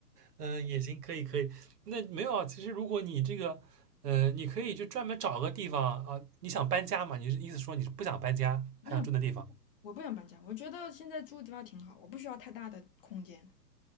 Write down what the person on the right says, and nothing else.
嗯，也行，可以可以。那没有啊，其实如果你这个，呃，你可以就专门找个地方啊，你想搬家嘛？你是意思说你是不想搬家，还想住那地方？